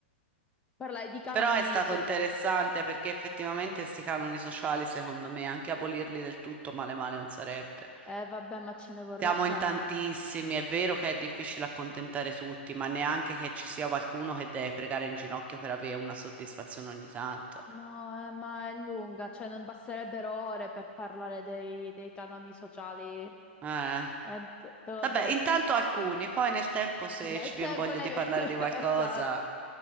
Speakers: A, on the left; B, on the right.
A: Parlai di canoni
B: Però è stato
A: sociali.
B: interessante perché effettivamente questi canoni sociali, secondo me, anche abolirli del tutto male male non sarebbe.
A: Eh, vabbè, ma ce ne vorrà
B: Siamo
A: tempo.
B: in tantissimi, è vero che è difficile accontentare tutti, ma neanche che ci sia qualcuno che deve pregare in ginocchio per avere una soddisfazione ogni tanto.
A: No, eh, ma è lunga, cioè non basterebbero ore per parlare dei, dei canoni sociali.
B: Eh.
A: Eh, te te l'ho
B: Vabbè,
A: detto.
B: intanto alcuni, poi nel tempo se
A: Né
B: ci
A: tempo
B: viene voglia
A: né...
B: di
A: <laughs>
B: parlare di qualcosa.
A: Esatto.